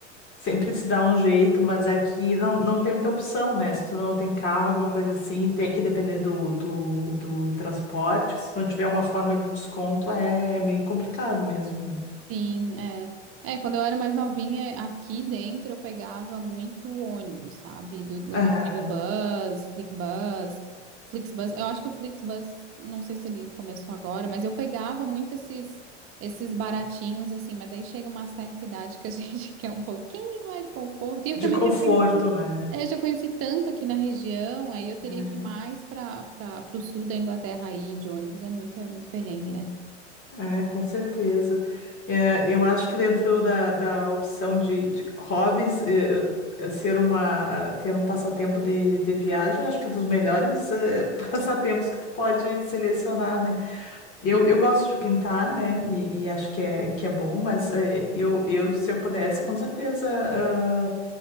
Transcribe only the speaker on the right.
Sim, é. É, quando eu era mais novinha, aqui dentro eu pegava muito ônibus, sabe? Do, do
Megabus, Flixbus, Flixbus. Eu acho que o Flixbus, não sei se ele começou agora, mas eu pegava muito esses esses baratinhos assim, mas daí chega uma certa idade que a <laughs> gente quer um pouquinho mais de conforto. E eu
também
já conheci,
é, já conheci tanto aqui na região, aí eu teria
que ir mais para para o sul da Inglaterra aí de ônibus, é muito, é muito perrengue, né?
Sim,